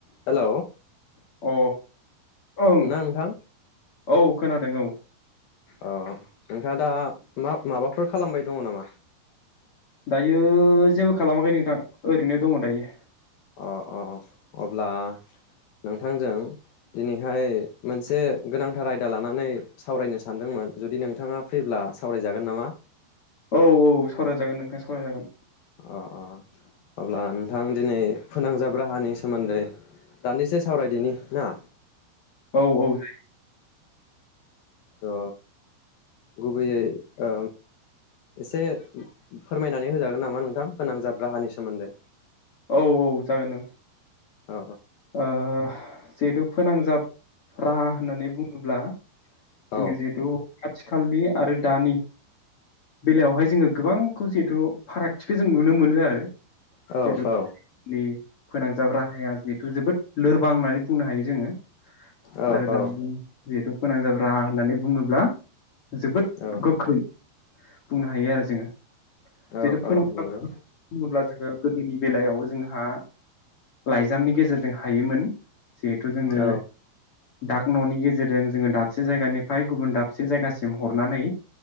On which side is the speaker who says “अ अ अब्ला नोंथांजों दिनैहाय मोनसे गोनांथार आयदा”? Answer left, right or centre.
Left